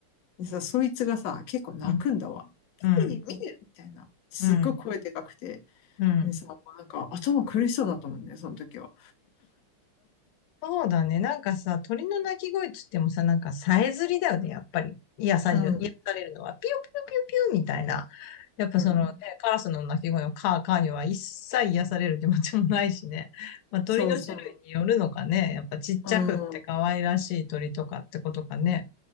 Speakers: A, on the left; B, on the left.
A: でさ、そいつがさ、結構泣くんだわ。
B: うん。うん。
A: ピー、見てみたいな。すっごい声でかくて。
B: うん。うん。
A: でさ、もうなんか頭苦しそうだったもんね、その時は。
B: そうだね。なんかさ、鳥の鳴き声っつってもさ、なんかさえずりだよね、やっぱり。癒される、
A: うん、
B: 癒されるのは。ピュピュピュピュみたいな。やっぱそのね、
A: うん。
B: カラスの鳴き声のカーカーには一切癒される気持ちもないしね。まあ、鳥の種類によるのかね。
A: そうそ
B: やっぱちっちゃくって可愛らしい鳥とかってことかね。
A: う。うん。